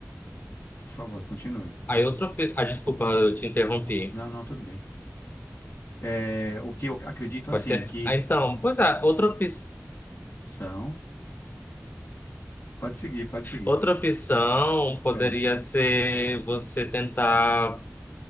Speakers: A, on the left; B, on the left.
A: por favor, continue.
B: aí outra opção. Ah, desculpa, eu te interrompi.
A: Não, não, tudo bem. É, o que eu acredito assim,
B: Pode ser?
A: que
B: Ah, então, pois é, outra opção.
A: são. Pode seguir, pode seguir.
B: Outra opção poderia
A: É,
B: ser você tentar